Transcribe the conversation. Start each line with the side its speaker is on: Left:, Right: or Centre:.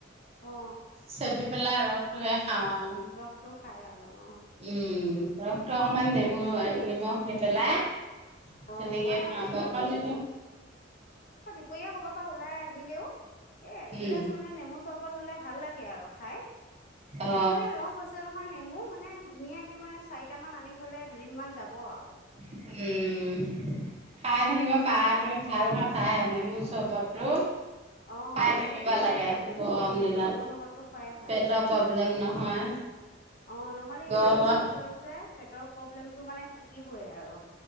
Left: অ।
Right: চেপি পেলাই ৰসটোহে খাওঁ আৰু
Left: ৰসটো খাই আৰু। অঁ
Right: উম। অ' টো অকমান নেমু নিমখ দি পেলাই
Left: অঁ
Right: তেনেকে
Left: মই
Right: খাওঁ
Left: আকৌ
Right: <unintelligible>
Left: এয়া দুপৰিয়ে কবা পৰা ওলাই আহিলেও এ এগিলাচ
Right: উম
Left: মানে নেমু চব <unintelligible> হ'লে ভাল লাগে আৰু খাই। এতিয়া
Right: অ
Left: মানে ৰস হৈছে নহয় নেমু মানে ধুনীয়াকে মানে চাৰিটান আনি থ থলে দুদিনমান যাব আৰু।
Right: উম খাই থাকিব
Left: তাক গছৰ
Right: পাৰাটো
Left: পৰা
Right: ভাল কথাই নেমু চৰবতটো।
Left: অ
Right: খাই
Left: বেলেগ
Right: থাকিব
Left: খোৱাতকে
Right: লাগে গৰম
Left: উম
Right: দিনত
Left: নেমু চবতটো খোৱাই ভাল।
Right: পেটৰ প্ৰব্লেম নহয়।
Left: অ' নহলে
Right: গৰমত
Left: ইমান গৰম পৰিছে। পেটৰ প্ৰব্লেমটো মানে থাকিবই আৰু।